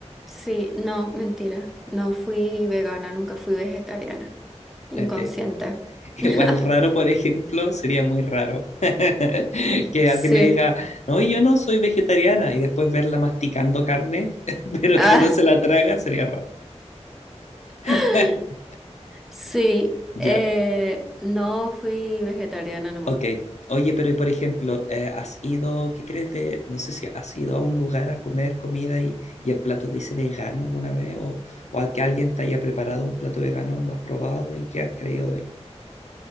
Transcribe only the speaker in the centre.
Sí, no, mentira. No fui vegana, nunca fui vegetariana. Inconsciente.
<laughs>
Sí.
Ah,
<laughs>
sí.
eh, no fui vegetariana no.